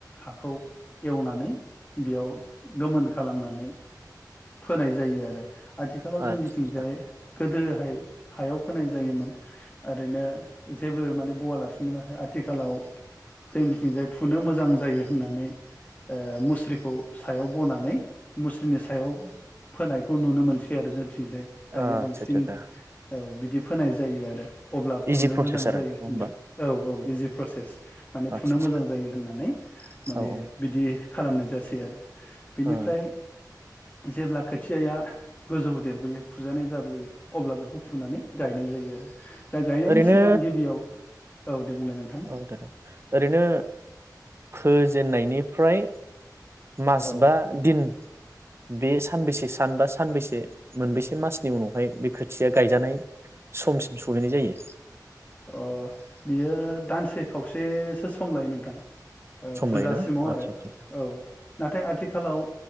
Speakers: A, on the left; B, on the right.
A: हाखौ एवनानै बेयाव गोमोन खालामनानै फोनाय जायो आरो आथिखालाव
B: आदसा
A: जोंनिथिंजाय
B: आदसा
A: गोदोहाय हायाव फोनाय जायोमोन ओरैनो जेबो माने बवालासिनोमो आथिखालाव जोंनिथिंजाय फुनो मोजां जायो होननानै ओ मुस्रिखौ सायाव बनानै मुस्रिनि सायाव फोनायखौ नुनो मोनसै आरो जोंनिथिं जाय
B: आदसा
A: दायो बांसिन
B: आदसा आदसा
A: बिदि फोनाय जायो आरो अब्ला फुनो
B: इजि प्रसेस
A: मोजां
B: आरो
A: जायो
B: नङा होमबा
A: होनो औ औ इजि प्रसेस माने
B: आदसा
A: फुनो मोजां जायो होननानै
B: आदसा
A: माने
B: औ औ
A: बिदि खालामनो जासै आरो बिनिफ्राय
B: ओ
A: जेब्ला खोथियाया गोजौ देरबोयो फुजानाय जाबोयो अब्ला बेखौ फुनानै गायनाय जायो आरो दा गायनायनि
B: ओरैनो
A: सिगां गिबियाव औ दे बुंलाय नोंथां
B: औ दे दे ओरैनो फोजेननायनिफ्राय मास
A: औ
B: बा दिन बे सानबोसे सान बा सानबोसे मोनबेसे मासनि उनावहाय बे खोथिया गायजानाय समसिम सहैनाय जायो?
A: अ बियो दानसे खावसेसो सम लायो नोंथां
B: सम
A: फुजासिमाव
B: लायोना आदसा
A: आरो
B: आदसा
A: औ नाथाय आथिखालाव